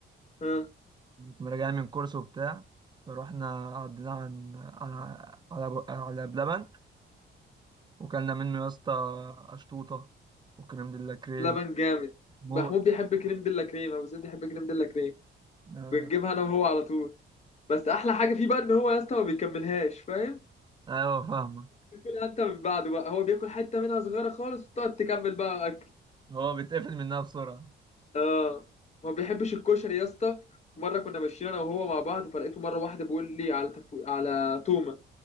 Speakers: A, on the left; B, on the right.
A: اه
B: كنا راجعين من كورس وبتاع رحنا عدينا عن على على أبو- على بلبن وكلنا منه يا اسطى أشطوطة وكريم ديلا كريم
A: لبن جامد
B: موت
A: محمود بيحب كريم ديلا كريم ابو زيد بيحب كريم ديلا كريم
B: آه،
A: بنجيبها انا وهو على طول بس احلى حاجه فيه بقى ان هو يا اسطى ما بيكملهاش فاهم
B: أيوه فاهمة
A: بتاكلها انت من بعده بقى هو بياكل حته منها صغيره خالص وتقعد تكمل بقى اكل
B: هو بيتقفل منها بسرعة
A: اه ما بيحبش الكشري يا اسطى مره كنا ماشيين انا وهو مع بعض فلقيته مره واحده بيقول لي على تفو... على تومه